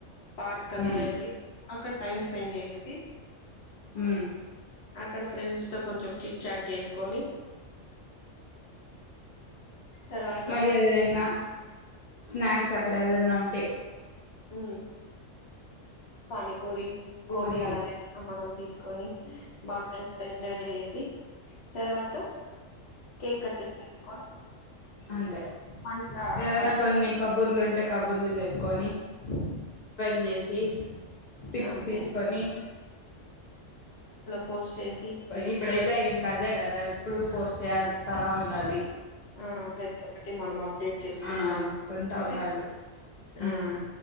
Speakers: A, on the left (about 60°); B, on the left (about 75°).
A: పార్క్ అలా
B: మ్మ్
A: ఇల్ పక టైమ్స్ పన్ చేసి
B: హ
A: అక్కడ ఫ్రెండ్స్ తో కొంచెం చిట్ చాట్ చేసుకొని తర్వాత
B: మలీఆద ఎన్న స్నాక్స్ అక్కడ ఏదన్నా ఉంటే
A: ఉ పానీపూరి గోబీ
B: కొని
A: అలాగే మనం తీసుకొని బాగా ఫ్రె ఎంజాయ్ చేేసి తర్వాత కేక్ కటింగ్ చేసుకొని
B: అంతే
A: మంచిగా
B: ఏదనా
A: బర్త్డే
B: కొన్ని కబుర్లు ఉంటే కబుర్లు చెప్పుకొని స్పెండ్ చేసి పిక్స్
A: అంతే
B: తీసుకొని
A: పోస్చేస్
B: ఇప్పుడైతే ఇంకా అదే కదా ఇప్పుడు పోస్ట్ చేయల్సి వస్తా ఉండాలి
A: ఆ ప్రతి ఒక్కటి మనంబ్ ప్డేట్ చేసుకుంటా
B: ఆ కొంటా
A: కాబట్టి
B: ఉండాలి
A: ఆ
B: ఉమ్